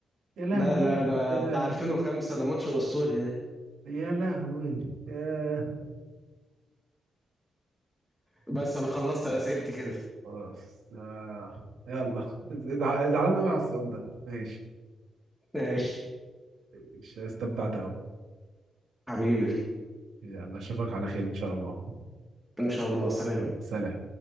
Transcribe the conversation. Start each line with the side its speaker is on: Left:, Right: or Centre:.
Right: يا لهوي
Centre: ده لا ده
Right: ده
Centre: بتاع 2005 ده ماتش اسطوري ده
Right: يا لهوي يا
Centre: بس انا خلصت اسئلتي كده
Right: خلاص آه. يلا <laughs> زع- زعلان قوي على السؤال ده ماشي
Centre: ماشي
Right: إيش، استمتعت قوي
Centre: حبيبي
Right: يلا اشوفك على خير ان شاء الله
Centre: ان شاء الله سلام
Right: يلا سلام